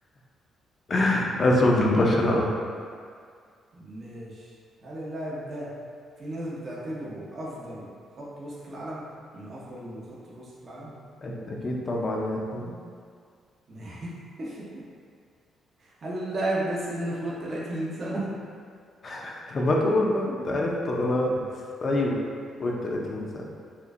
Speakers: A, on the left; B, on the right.
A: <laughs> اسود البشرة
B: ماشي هل اللاعب ده في ناس بتعتبره أفضل خط وسط في العالم من أفضل خط الوسط في العالم
A: أك- أكيد طبعا يعني طب
B: ماشي <laughs> هل اللاعب ده سنه فوق 30 سنة
A: <laughs> ما تقول بقى أنت
B: <laughs>
A: عرفت خلاص أيوه فوق ال 30 سنة